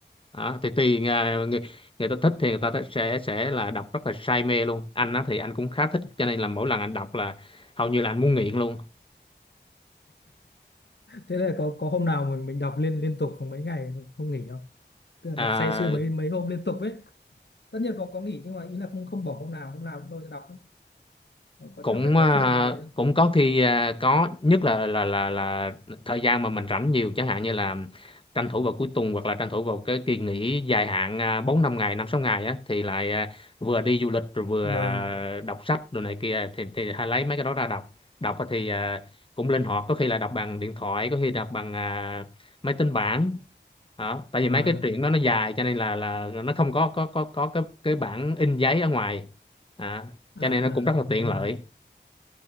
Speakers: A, on the left (about 30°); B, on the left (about 70°).
A: đó, thì tùy à, người người ta thích thì người ta thích- sẽ sẽ là đọc rất là say mê luôn anh á thì anh cũng khá thích cho nên là mỗi lần anh đọc là hầu như là anh muốn nghiện luôn
B: thế là có có hôm nào mình mình đọc liên liên tục mấy ngày không nghỉ không tức là
A: à,
B: đọc say sưa mấy mấy hôm liên tục ấy tất nhiên có có nghỉ nhưng mà ý là không không bỏ hôm nào hôm nào cũng lôi ra đọc ấy. có có
A: cũng
B: chắc phải
A: à,
B: có chuyện như thế
A: cũng có khi à, có nhất là là là là thời gian mà mình rảnh nhiều chẳng hạn như là tranh thủ vào cuối tuần hoặc là tranh thủ vào cái kỳ nghỉ dài hạn à, 4 5 ngày 5 6 ngày á thì lại à, vừa đi du lịch rồi vừa
B: mà
A: à, đọc sách rồi này kia thì thì hay lấy mấy cái đó ra đọc. Đọc á thì à, cũng linh hoạt có khi là đọc bằng điện thoại, có khi đọc bằng à, máy tính bảng. Đó, tại
B: mà
A: vì mấy cái truyện đó nó dài cho nên là là nó không có có có có cái cái bản in giấy ở ngoài. À,
B: <laughs> à,
A: cho nên
B: à
A: nó cũng rất là tiện
B: đúng
A: lợi.
B: rồi